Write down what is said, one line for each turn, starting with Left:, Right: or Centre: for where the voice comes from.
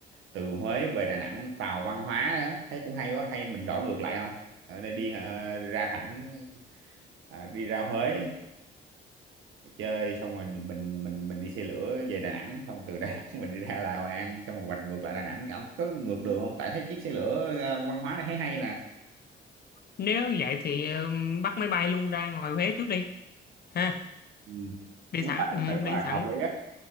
Right: từ Huế về Đà Nẵng tàu văn hóa đó. Thấy cũng hay quá hay mình đổi ngược lại không? Ở đây đi ờ, ra thẳng ờ, đi ra Huế chơi xong rồi mình mình mình đi xe lửa về Đà Nẵng xong từ Đà Nẵng mình đi ra là Hội An xong rồi hoành ngược lại Đà Nẵng ông có ngược đường không tại thấy chiếc xe lửa à, văn hóa này thấy hay nè
Left: nếu vậy thì ờ, bắt máy bay luôn ra ngoài Huế trước đi ha
Right: ừ.
Left: đi
Right: đúng
Left: thẳng
Right: rồi
Left: ừ,
Right: đúng rồi đúng rồi
Left: đi thẳng
Right: hợp lý á